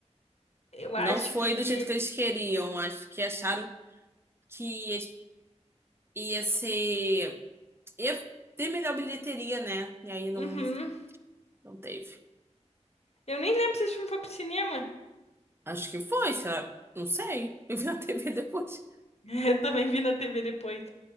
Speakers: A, on the left; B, on the right.
A: Eu
B: não
A: acho
B: foi
A: que.
B: do jeito que eles queriam. Acho que acharam que ia, ia ser. ia ter melhor bilheteria, né? E aí não,
A: Uhum.
B: não teve.
A: Eu nem lembro se esse filme foi pro cinema.
B: Acho que foi, será? Não sei. <laughs> Eu vi na TV depois.
A: <laughs> Eu também vi na TV depois.